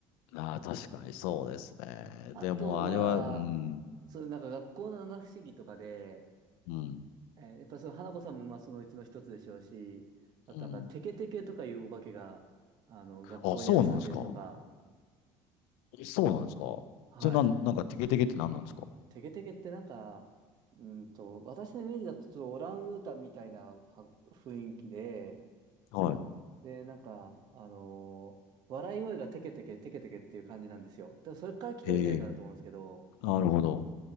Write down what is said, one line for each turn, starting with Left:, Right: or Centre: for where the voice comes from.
Left: あー、確かにそうですね。
Right: あとは、
Left: でもあれは、うん。
Right: そう、なんか学校の七不思議とかで、
Left: うん。
Right: えーやっぱその花子さんもまあそのうちの一つでしょうし、あとなんかテケテケとかいうお化けが、
Left: うん。
Right: あの、学校には住んでるとか、
Left: あ、そうなんですか。そうなんですか。
Right: はい。
Left: それなん、なんかテケテケって何なんですか
Right: テケテケってなんか、うーんと、私のイメージだとちょっとオランウータンみたいなか雰囲気で、
Left: はい。
Right: で、なんか、あのー笑い声がテケテケテケテケっていう感じなんですよ。だからそれから来てるんじゃないかなと思うんですけど、
Left: ええなるほど。